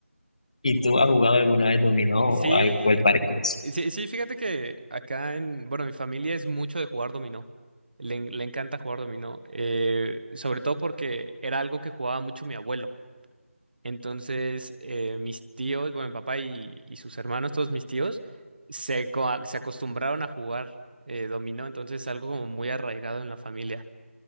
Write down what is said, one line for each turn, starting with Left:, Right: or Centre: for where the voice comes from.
Left: ¿Y tú has jugado alguna vez dominó o
Right: Sí,
Left: al o al parqués?
Right: sí, sí, fíjate que acá en, bueno, mi familia es mucho de jugar dominó. Le, en- le encanta jugar dominó, eh, sobre todo porque era algo que jugaba mucho mi abuelo. Entonces, eh, mis tíos, bueno, mi papá y, y sus hermanos, todos mis tíos, se, co- se acostumbraron a jugar eh, dominó, entonces es algo como muy arraigado en la familia.